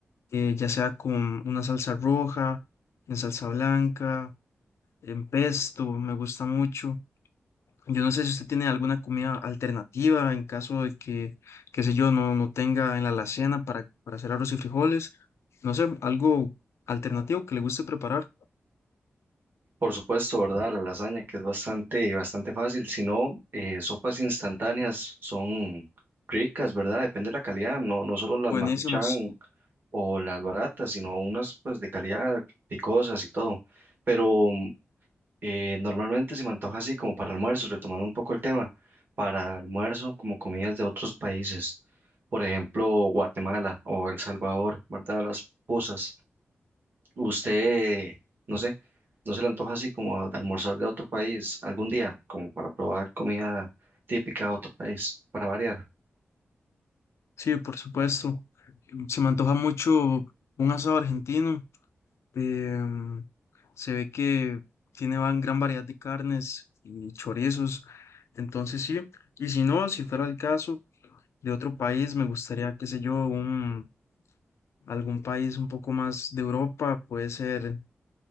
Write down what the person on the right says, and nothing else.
Por supuesto, ¿verdad? La lasaña, que es bastante, bastante fácil. Si no, eh, sopas instantáneas son ricas, ¿verdad? Depende de la calidad, no, no solo las
Maruchan o las baratas, sino unas pues de calidad picosas y todo. Pero eh, normalmente se me antoja así como para almuerzo, retomando un poco el tema, para almuerzo como comidas de otros países, por ejemplo, Guatemala o El Salvador, ¿verdad? Las puzas. Usted, no sé, no se le antoja así como de almorzar de otro país algún día, como para probar comida típica de otro país, para variar.